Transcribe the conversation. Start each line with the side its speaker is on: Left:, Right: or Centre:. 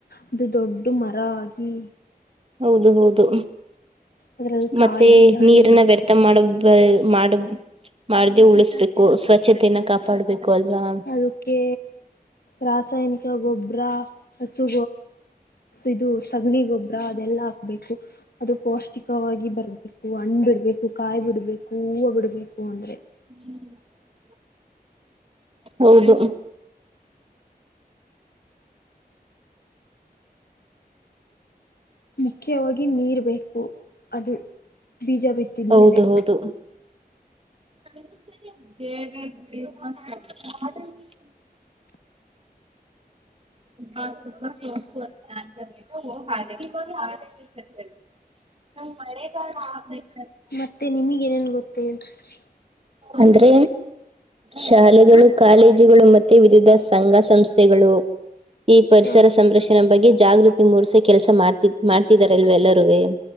Left: ಅದು ದೊಡ್ದು ಮರ ಆಗಿ
Right: ಹೌದು ಹೌದು
Left: ಅದ್ರಲ್ಲಿ
Right: ಮತ್ತೆ
Left: ಕಾಯಿ ಹಣ್ಣು
Right: ನೀರನ್ನ ವ್ಯರ್ಥ ಮಾಡೊದು ಮಾಡ ಮಾಡ್ದೇ ಉಳಿಸ್ಬೇಕು ಸ್ವಚ್ಛತೆನ ಕಾಪಾಡ್ಬೇಕು ಅಲ್ವಾ
Left: ಅದುಕ್ಕೆ ರಾಸಾಯನಿಕ ಗೊಬ್ಬರ ಹಸು ಇದು ಸಗಣಿ ಗೊಬ್ಬರ ಅದೆಲ್ಲ ಹಾಕ್ಬೇಕು ಅದು ಪೌಷ್ಟಿಕವಾಗಿ ಬರ್ಬೇಕು. <unintelligible> ಹಣ್ಣ್ ಬಿಡ್ಬೇಕು ಕಾಯಿ ಬಿಡ್ಬೇಕು ಹೂವು ಬಿಡ್ಬೇಕು ಅಂದ್ರೆ.
Right: <inaudible> ಹೌದು
Left: ಮುಖ್ಯವಾಗಿ ನೀರ್ ಬೇಕು ಅದು ಬೀಜ ಬಿತ್ತಿದ
Right: ಹೌದು
Left: ಮೇಲೆ.
Right: ಹೌದು <unintelligible> <unintelligible> <unintelligible>
Left: ಮತ್ತೆ ನಿಮಗ್ ಏನೇನ್ ಗೊತ್ತ <unintelligible>
Right: ಅಂದ್ರೆ ಶಾಲೆಗಳು,
Left: ಹ
Right: ಕಾಲೇಜುಗಳು ಮತ್ತೆ ವಿದಿಧ ಸಂಘ ಸಂಸ್ಥೆಗಳು. ಈ ಪರಿಸರ
Left: ಹಾ
Right: ಸಂರಕ್ಷಣೆ ಬಗ್ಗೆ ಜಾಗೃತಿ ಮೂಡಸೊ ಕೆಲ್ಸ ಮಾಡ್ತ ಮಾಡ್ತಿದಾರಲ್ವೆ ಎಲ್ಲರೂವೆ.